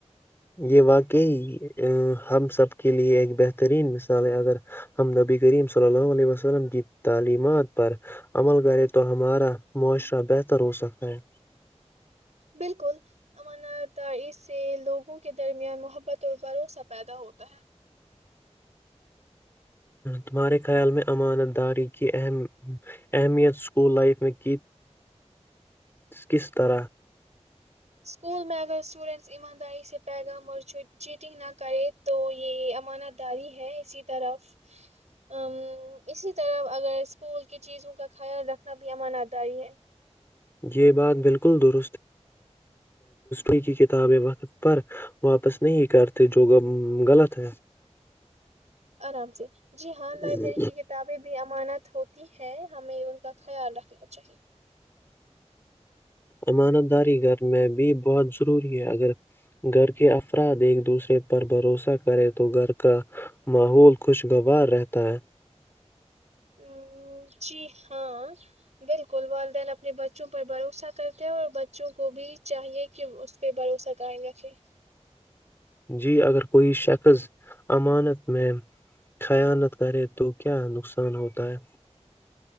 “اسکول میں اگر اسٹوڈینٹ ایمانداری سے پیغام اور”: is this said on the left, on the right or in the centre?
Right